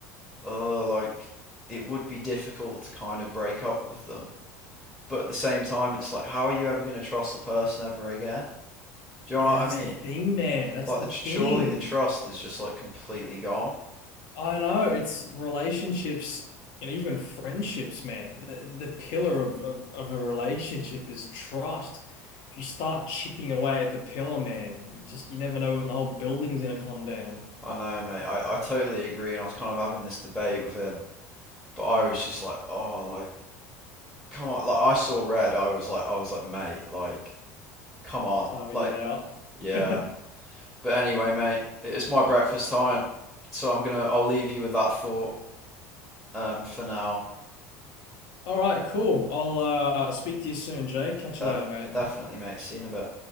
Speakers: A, in the centre; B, on the left.
A: uh like it would be difficult to kind of break up with them. But at the same time, it's like how are you ever going to trust the person ever again? Do you
B: Yeah,
A: know what I
B: that's
A: mean?
B: the thing, man. That's
A: Like
B: the
A: the
B: thing.
A: tr- surely the trust is just like completely gone.
B: I know it's relationships and even friendships, man. The the pillar of, of of a relationship is trust. If you start chipping away at the pillar, man, you just you never know when the whole building's gonna come down.
A: I know, mate. I I totally agree, and I was kind of having this debate with him, but I was just like, oh, like come on, like I saw red. I was like, I was like, mate, like come on,
B: Time to
A: like
B: get out.
A: yeah.
B: <laughs>
A: But anyway, mate, it's my breakfast time, so I'm gonna I'll leave you with that thought um for now.
B: All right, cool. I'll uh, speak to you soon, Jake. Catch
A: De-
B: you later, mate.
A: definitely, mate. See you in a bit.